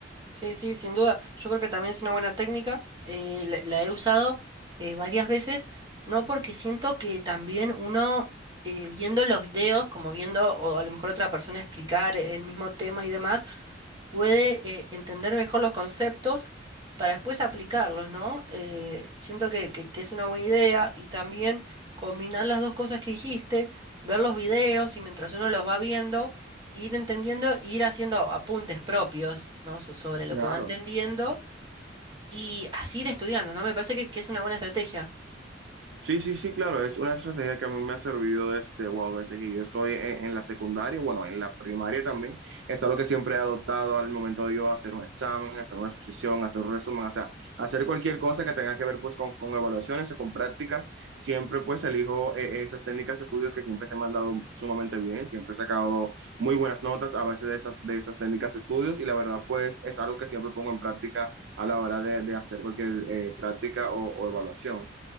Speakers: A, on the right (about 25°); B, on the right (about 70°).
A: Sí, sí, sin duda. Yo creo que también es una buena técnica. eh, la, la he usado eh, varias veces, no porque siento que también uno eh, viendo los videos, como viendo o a lo mejor otra persona explicar el mismo tema y demás, puede eh, entender mejor los conceptos para después aplicarlos, ¿no? Eh, siento que, que- que es una buena idea y también combinar las dos cosas que dijiste, ver los videos y mientras uno los va viendo ir entendiendo, e ir haciendo apuntes propios, ¿no? So- sobre lo
B: Claro.
A: que va entendiendo y así ir estudiando, ¿no? Me parece que, que es una buena estrategia.
B: Sí, sí, sí, claro, es una estrategia que a mí me ha servido desde, wow, desde que yo estoy en, en la secundaria, bueno, en la primaria también, es algo que siempre he adoptado al momento de yo hacer un examen, hacer una exposición, hacer un resumen, o sea, hacer cualquier cosa que tenga que ver pues con, con evaluaciones o con prácticas, siempre pues elijo eh, esas técnicas de estudios que siempre se me han dado sumamente bien, siempre he sacado muy buenas notas a base de esas, de esas técnicas de estudios y la verdad pues es algo que siempre pongo en práctica a la hora de, de hacer cualquier eh, práctica o o evaluación.